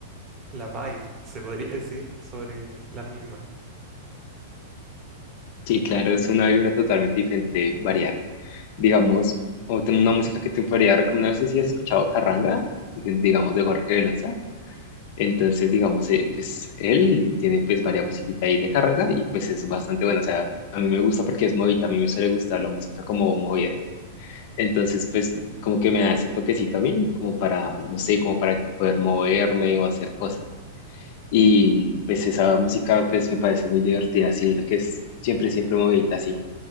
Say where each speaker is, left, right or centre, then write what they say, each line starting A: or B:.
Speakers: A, on the right; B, on the left.
A: la vibe, se podría decir, sobre las mismas.
B: Sí, claro, es una vibra totalmente diferente variar. Digamos, otra una música que te podría recomendar, no sé si has escuchado Carranga, de- digamos, de Jorge Velosa. Entonces, digamos, eh, pues él tiene pues varias musiquita ahí de carranga y pues es bastante bueno. O sea, a mí me gusta porque es movida, a mí me suele gustar la música como movida. Entonces, pues como que me da ese toquecito a mí, como para, no sé, como para poder moverme o hacer cosas. Y pues esa música pues me parece muy divertida, así, la que es siempre, siempre movidita, así,